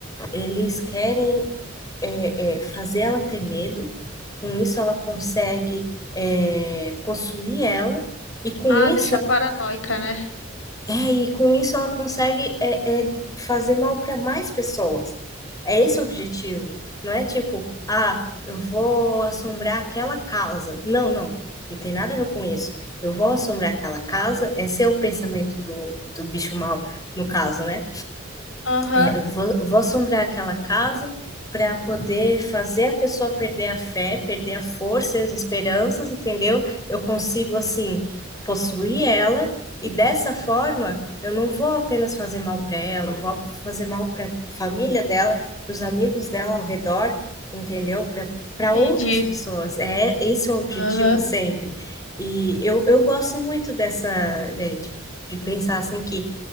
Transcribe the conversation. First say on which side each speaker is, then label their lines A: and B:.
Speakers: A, on the left (about 20°); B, on the left (about 85°).
A: eles querem é, é, fazer ela ter medo, com isso ela consegue é, possuir ela, e com
B: Ah,
A: isso
B: deixar paranoica, né?
A: é, e com isso ela consegue é, é, fazer mal para mais pessoas. É esse o objetivo. Não é tipo, ah, eu vou assombrar aquela casa. Não, não. Não tem nada a ver com isso. Eu vou assombrar aquela casa. Esse é o pensamento do, do bicho mal, no caso, né?
B: Aham,
A: É, eu vou, vou assombrar aquela casa para poder fazer a pessoa perder a fé, perder a força e as esperanças, entendeu? Eu consigo, assim, possuir ela e dessa forma eu não vou apenas fazer mal para ela, eu vou fazer mal para família dela, para os amigos dela ao redor, entendeu? Para para
B: entendi.
A: outras pessoas. É esse é o objetivo
B: Aham.
A: sempre. E eu, eu gosto muito dessa, é, de, de pensar assim que